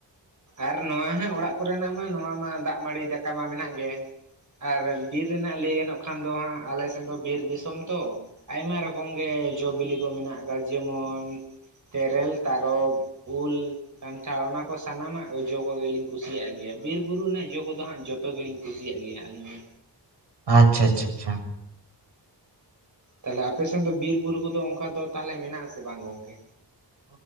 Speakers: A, on the right; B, on the right.
A: ᱟᱨ ᱱᱚᱣᱟ ᱦᱟᱸᱜ ᱚᱲᱟᱜ ᱠᱚᱨᱮᱱᱟᱜ ᱢᱟ ᱱᱚᱣᱟ ᱢᱟ ᱫᱟᱜ ᱢᱟᱲᱤ ᱫᱟᱠᱟ ᱢᱟ ᱢᱮᱱᱟᱜ ᱜᱮ᱾ ᱟᱨ ᱵᱤᱨ ᱨᱮᱱᱟᱜ ᱞᱟᱹᱭ ᱜᱟᱱᱚᱜ ᱠᱷᱟᱱ ᱫᱚ ᱦᱟᱸᱜ ᱟᱞᱮᱥᱮᱱ ᱫᱚ ᱵᱤᱨ ᱫᱤᱥᱚᱢ ᱛᱚ ᱟᱭᱢᱟ ᱨᱚᱠᱚᱢ ᱜᱮ ᱡᱚᱼ ᱵᱤᱞᱤ ᱠᱚ ᱢᱮᱱᱟᱜ ᱟᱠᱟᱫᱟ ᱡᱮᱢᱚᱱᱼᱼ ᱛᱮᱨᱮᱞ ᱛᱟᱨᱚᱵ ᱩᱞ ᱠᱟᱱᱴᱷᱟᱲ ᱚᱱᱟ ᱠᱚᱼᱼ ᱥᱟᱱᱟᱢᱟᱜ ᱡᱚ ᱠᱚᱜᱮᱞᱤᱧ ᱠᱩᱥᱤᱭᱟᱜ ᱜᱮᱭᱟ ᱵᱤᱨ ᱵᱩᱨᱩ ᱨᱮᱱᱟᱜ ᱡᱚ ᱠᱚᱫᱚ ᱦᱟᱸᱜ ᱡᱚᱛᱚ ᱜᱮᱞᱤᱧ ᱠᱩᱥᱤᱭᱟᱜ ᱜᱮᱭᱟ ᱟᱞᱤᱧ ᱫᱚ᱾
B: ᱟᱪᱪᱷᱟ ᱟᱪᱪᱷᱟ ᱟᱪᱪᱷᱟ
A: ᱛᱟᱦᱞᱮ ᱟᱯᱮᱥᱮᱱ ᱫᱚ ᱵᱤᱨ ᱵᱩᱨᱩ ᱠᱚᱫᱚ ᱚᱱᱠᱟ ᱫᱚ ᱛᱟᱦᱚᱞᱮ ᱢᱮᱱᱟᱜᱼᱟ ᱥᱮ ᱵᱟᱝ ᱜᱚᱝᱠᱮ?